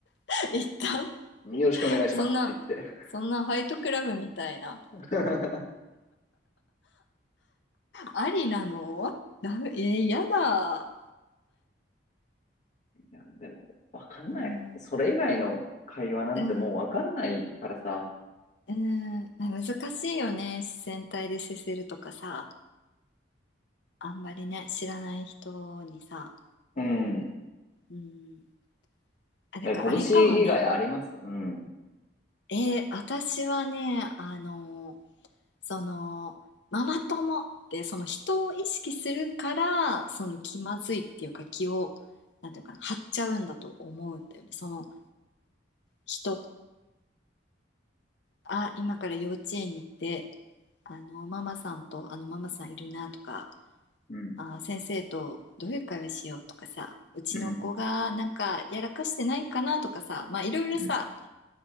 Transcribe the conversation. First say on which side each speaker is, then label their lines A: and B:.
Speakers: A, on the left; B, on the left.
A: <laughs> 一旦
B: よろしくお願いしますって言って。
A: そんなそんなファイトクラブみたいな
B: <laughs>
A: ありなのダメえー、やだ
B: いや、でも、わかんない。
A: うん
B: それ以外の会話なんてもうわかんないからさ。
A: うんうーん、難しいよね。自然体で接するとかさ、あんまりね、知らない人にさ。
B: うん。
A: うん。あ、だからあれかもね。
B: え、拳以外ありますうん。
A: えー私はね、あの、その、ママ友ってその人を意識するから、その気まずいっていうか気を、なんていうかな、張っちゃうんだと思うんだよね。その人、あ、今から幼稚園に行って、あの、ママさんと、あの、ママさんいるなとか、
B: うん。
A: あー先生とどういう会話しようとかさ、うちの子がなんかやらかしてないかなとかさ、
B: うん。
A: まあいろいろさ、
B: うん。